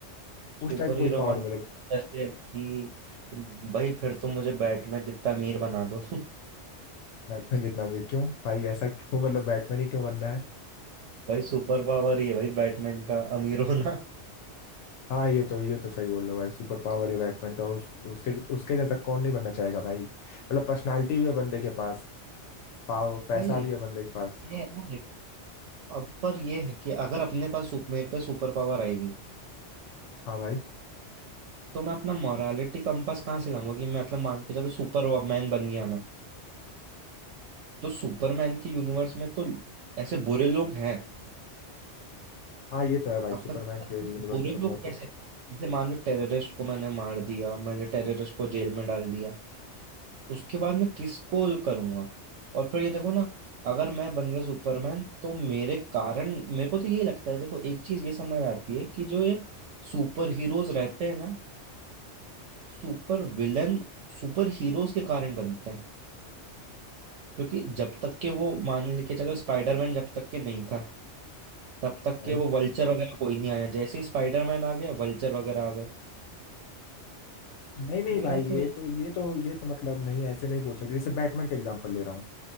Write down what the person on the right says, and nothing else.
सुपर
हीरो
मतलब
जैसे कि भाई फिर तो मुझे बैटमैन जितना अमीर बना दो <laughs>
भाई सुपर पावर ही है भाई बैटमैन का अमीर होना
भाई
ये है ना देखो, अब पर ये है कि अगर अपने पास सुप मेरे पे सुपर पावर आएगी
तो मैं अपना मोरालिटी कंपास कहाँ से लाऊंगा कि मैं मतलब मान के चलो सुपर मैन बन गया मैं तो सुपरमैन के यूनिवर्स में तो ऐसे बुरे लोग हैं
अपन
बुरे
लोग कैसे जैसे मान लो टेररिस्ट को मैंने मार दिया मैंने टेररिस्ट को जेल में डाल दिया उसके बाद मैं किसको जो करूंगा और फिर ये देखो ना अगर मैं बन गया सुपरमैन तो मेरे कारण मेरे को तो यही लगता है देखो एक चीज ये समझ आती है कि जो ये सुपर हीरोज रहते हैं ना सुपर विलन सुपर हीरोज के कारण बनते हैं क्योंकि जब तक के वो मान लेके चलो स्पाइडरमैन जब तक के नहीं था तब तक
के वो वल्चर वगैरह कोई नहीं आया जैसे ही स्पाइडरमैन आ गया वल्चर वगैरह आ गए
तो मेरा
तो ये-